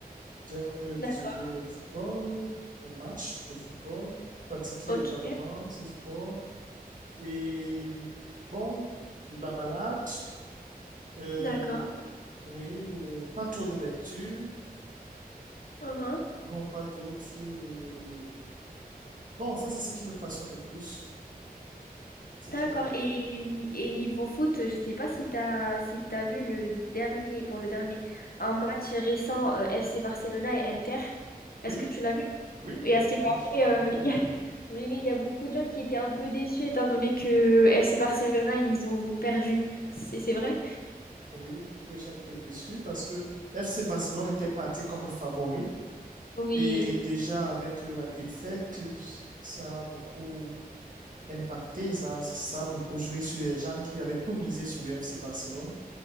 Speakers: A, on the right (about 55°); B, on the left (about 70°).
A: J'aime euh, visionner
B: D'ac-
A: le football, euh, les matchs de football, pratiquer
B: Ok,
A: également ce sport. Et bon, la balade, euh,
B: d'accord.
A: oui, euh, pas trop de lecture.
B: Uh-huh.
A: Bon, quoi d'autre? euh, Bon, ça, c'est ce qui me passionne le plus. C'est
B: D'accord.
A: qui me-
B: Et, et niveau foot, je sais pas si t'as si t'as vu le dernier, bon, le dernier, un match récent euh, FC Barcelona et Inter.
A: Oui,
B: Est-ce que tu l'as vu?
A: oui, <laughs>
B: Et à ce qui paraît,
A: je suis un grand
B: euh,
A: fan
B: <laughs> il y
A: de
B: a-
A: football.
B: oui, oui, il y a beaucoup de gens qui étaient un peu déçus étant donné que FC Barcelona, ils ont perdu. C'est, c'est vrai?
A: Oui, beaucoup de gens étaient déçus parce que FC Barcelone était parti comme le favori
B: Oui,
A: et déjà avec euh, la défaite, ça a beaucoup impacté, ça, ça a beaucoup joué sur les gens qui avaient tout misé sur le FC Barcelone.